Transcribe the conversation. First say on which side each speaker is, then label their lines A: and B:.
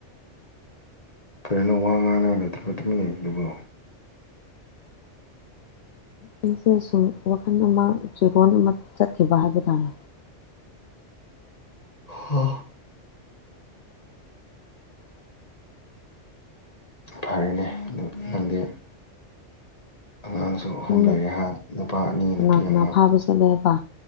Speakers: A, on the left; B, on the left.
A: ꯀꯔꯦꯅ ꯋꯥ ꯉꯥꯡꯉ ꯂꯩꯇ꯭ꯔꯕ ꯃꯇꯨꯡꯟꯅ ꯑꯗꯨꯒ
B: ꯑꯩꯁꯦ ꯁꯨꯝ ꯋꯥꯈꯜ ꯑꯃ ꯆꯤꯔꯣꯟ ꯑꯃ ꯆꯠꯈꯤꯕ ꯍꯥꯏꯕ ꯇꯥꯔꯦ
A: ꯍ <inaudible> ꯐꯔꯦꯅꯦ ꯑꯗꯨ ꯈꯪꯗꯤ ꯑꯉꯥꯡꯁꯨ ꯑꯍꯨꯝ
B: ꯅꯪ
A: ꯂꯩꯔꯦ ꯍꯥꯏꯍ ꯅꯨꯄꯥ ꯑꯅꯤ
B: ꯀꯅꯥ
A: ꯅꯨꯄꯤ
B: ꯀꯅꯥ
A: ꯑꯃ
B: ꯐꯥꯕ ꯆꯠꯂꯦ ꯍꯥꯏꯕ